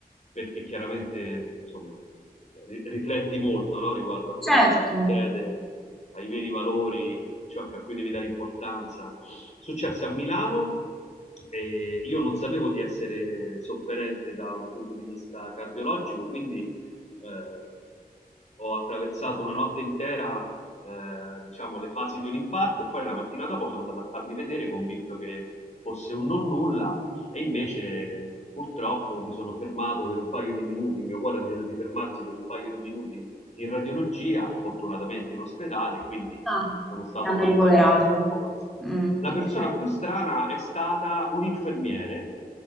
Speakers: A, on the left; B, in the centre.
A: perché chiaramente insomma, ri- rifletti molto no? riguardo a quello
B: certo.
A: che ti succede, ai veri valori, a ciò a cui devi dare importanza. Successe a Milano, e io non sapevo di essere sofferente da un punto di vista cardiologico, quindi eh, ho attraversato una notte intera eh, diciamo, le fasi di un infarto e poi la mattina dopo sono andato a farmi vedere convinto che fosse un non nulla e invece purtroppo mi sono fermato per un paio di minuti, il mio cuore ha deciso di fermarsi per un paio di minuti in radiologia, fortunatamente in ospedale, quindi
B: Ah,
A: sono stato
B: ti hanno
A: prontamente
B: ricoverato.
A: soccorso.
B: Mm,
A: La
B: ok.
A: persona più strana è stata un infermiere